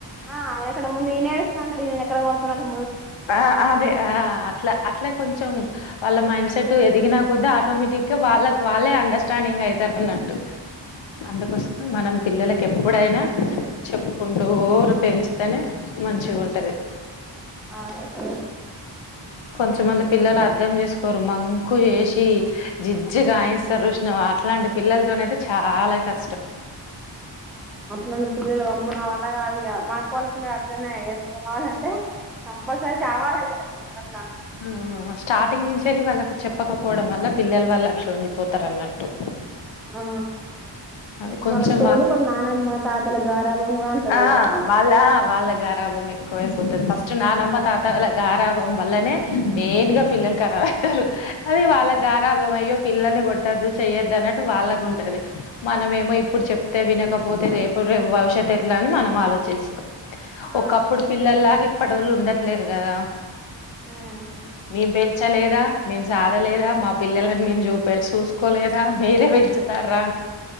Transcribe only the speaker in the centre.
ఆ ఆయనకన్న ముందు వినేస్ తాండు ఇననీ ఎక్కడ కొడుతనానో
అదే <inaudible>
నా పిల్లలు అమ్మో నావళ్ళ కాదిక మా పలపులు అట్లనే ఏ కావాలంటే కంపల్సరీ కావాలి అట్లా
ఆ
వాళ్ళకి తోడు వాళ్ళ నానమ్మ తాతల గారాబం కూడ అంటారు
కదా
ఆ
ఉమ్